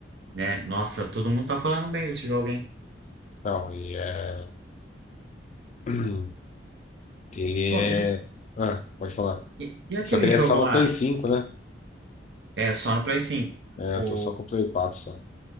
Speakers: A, on the right; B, on the left.
A: né? Nossa, todo mundo tá falando bem desse jogo, hein?
B: Então, e é. <clears throat> Ele
A: Ô,
B: é.
A: e,
B: Ah, pode falar.
A: e, e aquele
B: Só que ele
A: jogo
B: é só pra
A: lá?
B: Play cinco, né?
A: É, só no Play cinco
B: É,
A: O,
B: eu tô só com o Play quatro só.